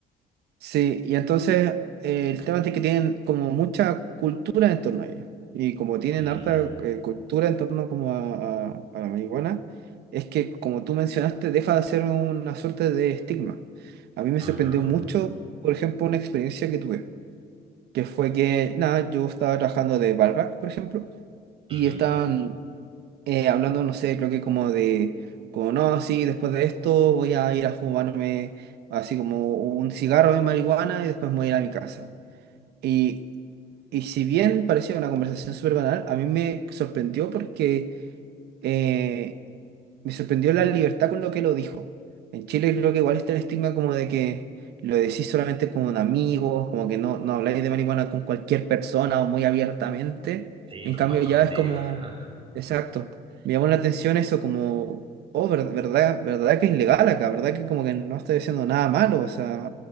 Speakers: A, on the right (about 75°); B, on the right (about 30°).
A: Sí, y entonces eh, el tema es de que tienen como mucha cultura en torno a ello. Y como tienen
B: Mm.
A: harta eh, cultura en torno como a, a- a la marihuana, es que como tú mencionaste, deja de ser una suerte de estigma. A mí me sorprendió
B: Ujú.
A: mucho, por ejemplo, una experiencia que tuve, que fue que, nada, yo estaba trabajando de barback, por ejemplo,
B: Ujú.
A: y estaban eh, hablando, no sé, creo que como de, como no, sí, después de esto voy a ir a fumarme así como un cigarro de marihuana y después me voy a ir a mi casa. Y, y si bien parecía una conversación súper banal, a mí me sorprendió porque eh, me sorprendió la libertad con lo que lo dijo. En Chile creo que igual está el estigma como de que lo decís solamente con amigos, como que no, no habláis de marihuana con cualquier persona o muy abiertamente.
B: Sí,
A: En
B: como
A: cambio
B: escondido.
A: ya es como,
B: <laughs>
A: exacto, me llamó la atención eso como, oh, ver- verdad, verdad que es legal acá, verdad que como que no estoy diciendo nada malo, o sea,